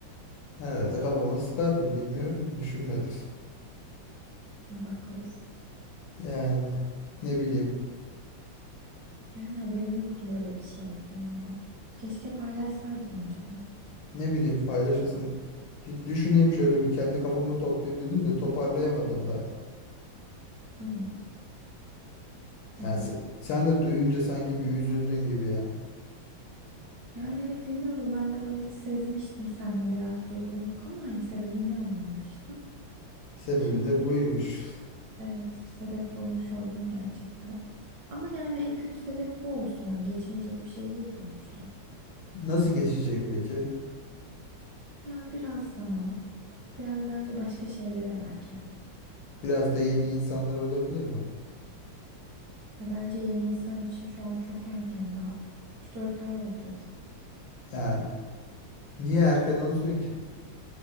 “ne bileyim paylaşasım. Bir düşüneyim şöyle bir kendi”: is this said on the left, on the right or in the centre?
Left